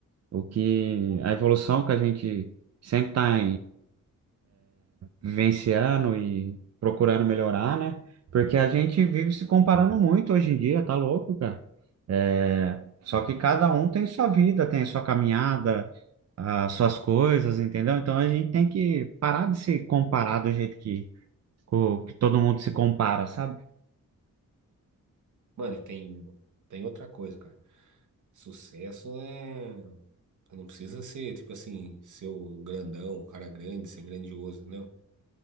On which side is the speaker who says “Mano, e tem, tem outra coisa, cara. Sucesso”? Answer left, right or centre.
Right